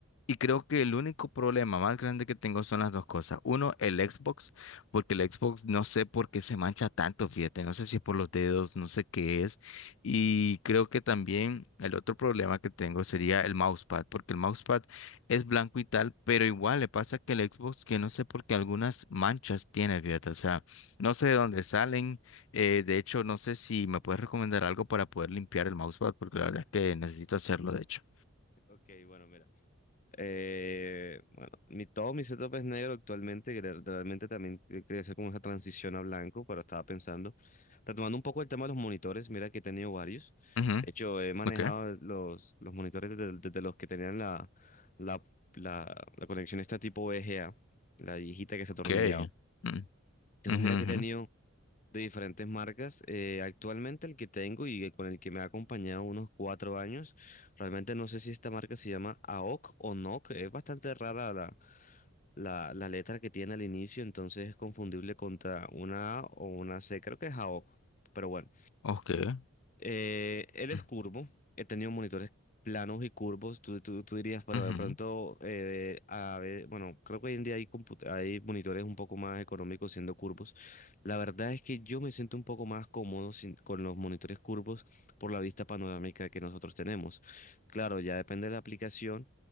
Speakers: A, on the left; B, on the left.
A: Y creo que el único problema más grande que tengo son las dos cosas. Uno, el Xbox, porque el Xbox no sé por qué se mancha tanto, fíjate, no sé si es por los dedos, no sé qué es. Y creo que también el otro problema que tengo sería el mousepad, porque el mousepad es blanco y tal, pero igual le pasa que el Xbox, que no sé por qué algunas manchas tiene, fíjate, o sea, no sé de dónde salen. eh, de hecho, no sé si me puedes recomendar algo para poder limpiar el mousepad, porque la verdad es que necesito hacerlo, de hecho.
B: Ok, bueno, mira. Eh, bueno, mi, todo mi setup es negro actualmente, que re- realmente también que- quería hacer como esa transición a blanco, pero estaba pensando, retomando un poco el tema de los monitores, mira que he tenido varios,
A: Ujú,
B: de hecho he manejado
A: ok.
B: los, los monitores desde, desde los que tenían la, la, la, la conexión esta tipo VGA, la viejita que se atornillaba,
A: Okay. Mm,
B: entonces
A: ujú,
B: mira que
A: ujú.
B: he tenido de diferentes marcas. Eh, actualmente el que tengo y el con el que me ha acompañado unos cuatro años, realmente no sé si esta marca se llama AOC o NOC. Es bastante rara la, la, la letra que tiene al inicio, entonces es confundible contra una A o una C. Creo que es AOC, pero bueno.
A: Okay.
B: Eh, él es
A: Mm,
B: curvo. He tenido monitores planos y curvos. Tú, tú, tú dirías, pero
A: ujú,
B: de pronto, eh, a ver, bueno, creo que hoy en día hay, compu- hay monitores un poco más económicos siendo curvos. La verdad es que yo me siento un poco más cómodo sin- con los monitores curvos por la vista panorámica que nosotros tenemos. Claro, ya depende de la aplicación.